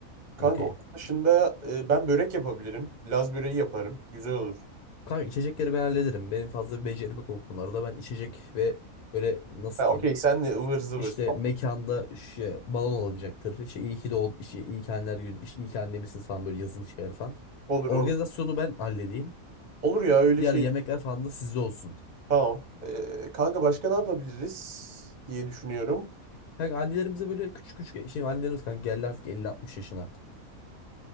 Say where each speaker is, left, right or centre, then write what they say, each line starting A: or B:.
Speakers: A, on the right; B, on the left.
A: Kanka
B: Okey.
A: onun dışında e, ben börek yapabilirim. Laz böreği yaparım. Güzel olur.
B: Kanka içecekleri ben hallederim. Benim fazla bir becerim yok o konularda. Ben içecek ve böyle nasıl
A: Ha
B: diyeyim
A: okey sen de ıvır zıvır.
B: İşte mekanda şey, balon alınacaktır. İşte iyi ki de ol, işte iyi ki anneler günü, işte iyi ki annemişsiniz falan böyle yazılı şeyler falan.
A: Olur
B: Organizasyonu
A: olur.
B: ben halledeyim.
A: Olur ya öyle
B: Diğer
A: şey.
B: yemekler falan da sizde olsun.
A: Tamam. Ee, kanka başka ne yapabiliriz diye düşünüyorum.
B: Kanka annelerimize böyle küçük küçük şimdi annelerimiz kanka geldi artık elli altmış yaşına.